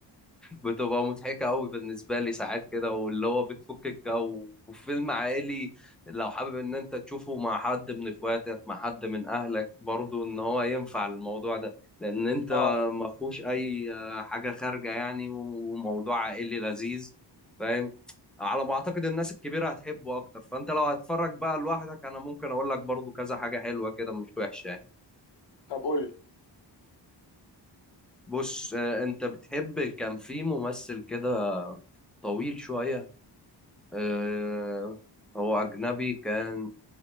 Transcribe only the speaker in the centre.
بتبقى مضحكة أوي بالنسبة لي ساعات كده واللي هو بتفك الجو وفيلم عائلي لو حابب إن أنت تشوفه مع حد من إخواتك مع حد من أهلك برضو إن هو ينفع الموضوع ده لأن أنت
ما فيهوش أي آه، حاجة خارجة يعني وموضوع عائلي لذيذ فاهم على ما أعتقد الناس الكبيرة هتحبه أكتر فأنت لو هتتفرج بقى لوحدك أنا ممكن أقول لك برضو كذا حاجة حلوة كده مش وحشة يعني
بص آه، أنت بتحب كان في ممثل كده طويل شوية آه، هو أجنبي كان